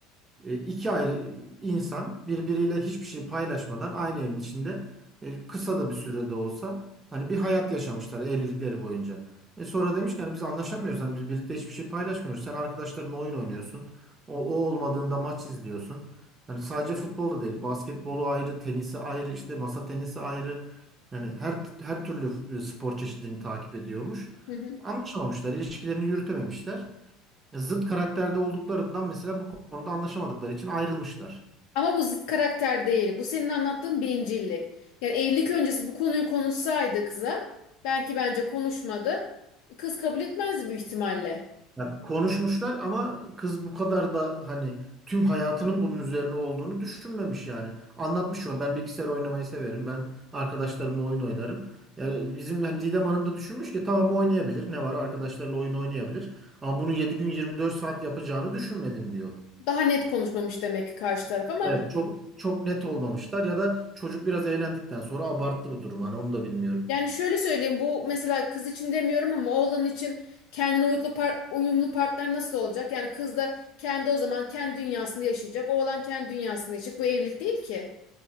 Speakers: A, on the right; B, on the left.
A: E, iki ayrı insan birbiriyle hiçbir şey paylaşmadan aynı evin içinde e, kısa da bir sürede olsa hani bir hayat yaşamışlar evlilikleri boyunca. E sonra demiş ki hani biz anlaşamıyoruz hani biz birlikte hiçbir şey paylaşmıyoruz. Sen arkadaşlarınla oyun oynuyorsun. O, o olmadığında maç izliyorsun. Hani sadece futbolu değil, basketbolu ayrı, tenisi ayrı, işte masa tenisi ayrı. Yani her her türlü e, spor çeşidini takip ediyormuş.
B: Hı hı.
A: Anlaşamamışlar, ilişkilerini yürütememişler zıt karakterde olduklarından mesela bu konuda anlaşamadıkları için ayrılmışlar.
B: Ama bu zıt karakter değil. Bu senin anlattığın bencillik. Yani evlilik öncesi bu konuyu konuşsaydı kıza, belki bence konuşmadı. Kız kabul etmezdi büyük ihtimalle.
A: Ya konuşmuşlar ama kız bu kadar da hani tüm hayatının bunun üzerine olduğunu düşünmemiş yani. Anlatmış şuna ben bilgisayar oynamayı severim. Ben arkadaşlarımla oyun oynarım. Ya bizim hani Didem Hanım da düşünmüş ki tamam oynayabilir. Ne var arkadaşlarıyla oyun oynayabilir. Ama bunu 7 gün 24 saat yapacağını düşünmedim diyor.
B: Daha net konuşmamış demek ki karşı taraf ama
A: Evet çok çok net olmamışlar ya da çocuk biraz eğlendikten sonra abarttı bu durum. Hani onu da bilmiyorum.
B: yani şöyle söyleyeyim bu mesela kız için demiyorum ama oğlan için kendine uyumlu, par uyumlu partner nasıl olacak? Yani kız da kendi o zaman kendi dünyasında yaşayacak. Oğlan kendi dünyasında yaşayacak. Bu evlilik değil ki.